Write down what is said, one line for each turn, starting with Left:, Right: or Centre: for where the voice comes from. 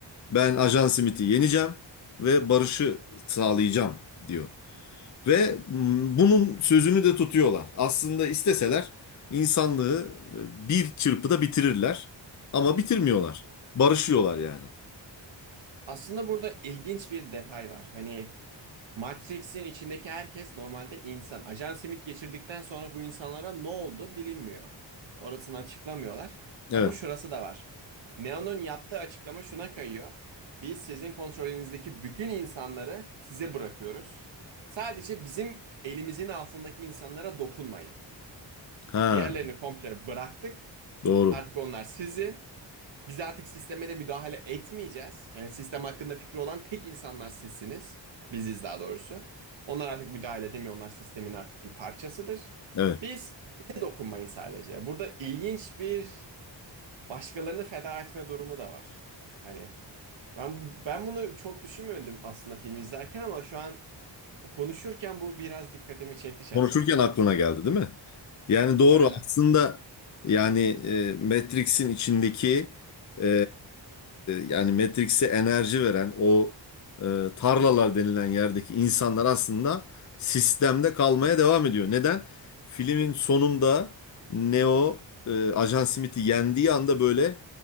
Left: ben Ajan Smith'i yeneceğim ve barışı sağlayacağım diyor. Ve mm, bunun sözünü de tutuyorlar. Aslında isteseler insanlığı e, bir çırpıda bitirirler. Ama bitirmiyorlar. Barışıyorlar yani.
Right: Aslında burada ilginç bir detay var. Hani Matrix'in içindeki herkes normalde insan. Ajan Smith geçirdikten sonra bu insanlara ne oldu bilinmiyor. Orasını açıklamıyorlar. Ama
Left: Evet.
Right: şurası da var. Neo'nun yaptığı açıklama şuna kayıyor. Biz sizin kontrolünüzdeki bütün insanları size bırakıyoruz. Sadece bizim elimizin altındaki insanlara dokunmayı.
Left: Ha,
Right: Diğerlerini komple bıraktık.
Left: doğru.
Right: Artık onlar sizin. Biz artık sisteme de müdahale etmeyeceğiz. Yani sistem hakkında fikri olan tek insanlar sizsiniz. Biziz daha doğrusu. Onlar artık müdahale edemiyor. Onlar sistemin artık bir parçasıdır.
Left: Evet.
Right: Biz bize dokunmayın sadece. Burada ilginç bir başkalarını feda etme durumu da var. Hani ben ben bunu çok düşünmedim aslında filmi izlerken ama şu an konuşurken bu biraz dikkatimi çekti şahsen.
Left: Konuşurken aklına geldi değil mi? Yani doğru
Right: Öyle.
Left: aslında yani e, Matrix'in içindeki e, yani Matrix'e enerji veren o e, tarlalar denilen yerdeki insanlar aslında sistemde kalmaya devam ediyor. Neden? Filmin sonunda Neo e, Ajan Smith'i yendiği anda böyle